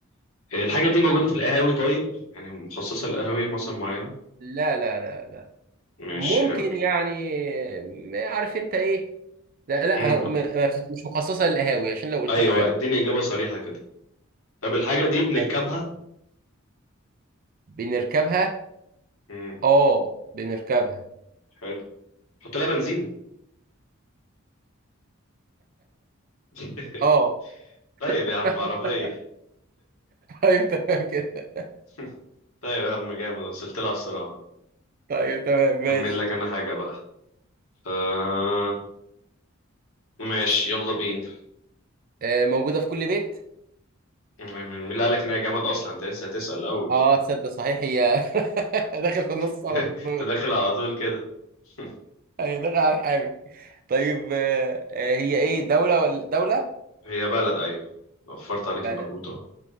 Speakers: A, on the left; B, on the right.
A: الحاجة دي موجودة في القهاوي طيب يعني مخصصة للقهاوي مثلا معينة
B: لا لا لا لا
A: مش
B: ممكن
A: حلو
B: يعني آه، عارف انت ايه لا لا
A: امم
B: هو م- ما بتت- مش مخصصه للقهاوي عشان لو قلت
A: ايوه
B: لك هتعرف
A: اديني إجابة صريحة كده طب الحاجة دي بنركبها
B: ماشي. بنركبها
A: امم
B: اه بنركبها
A: حلو حط لها بنزين <laughs>
B: اه
A: طيب
B: <laughs>
A: يا عم عربية
B: طيب تمام كده
A: <laughs> طيب يا عم جامد وصلت لها بسرعة
B: طيب تمام ماشي
A: كمل لك انا حاجة بقى آه ماشي يلا بينا
B: آه، موجوده في كل بيت
A: مين اللي قالك ان هي جامد اصلا انت لسه هتسأل اول
B: اه تصدق صحيح هي <laughs> داخل في النص
A: <laughs>
B: على طول
A: تدخل على طول كده <laughs>
B: هي داخل على الحامي طيب آه، آه، هي ايه دوله ولا دوله
A: هي بلد ايوه وفرت عليك
B: بلد
A: المجهود اهو